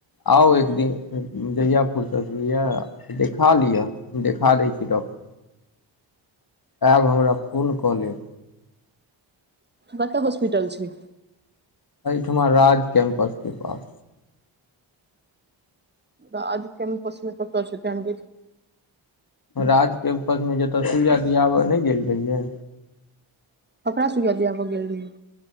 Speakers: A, on the left (about 45°); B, on the right (about 20°).
A: आउ एक दिन जहियापुरसँतहोइये देखा लिअ हम देखा दै छी डॉक्टर आयब हमरा फोन कऽ लेब
B: कत होॉस्पिटल छै
A: एहिठमा राज कैम्पस के पास
B: राज केमपस में कत जा केदखियौ
A: राजके उपसमे जतऽ सुइया दियाबय नहि गेल रहियै
B: ककरा सुूइया दियास गेल रहियै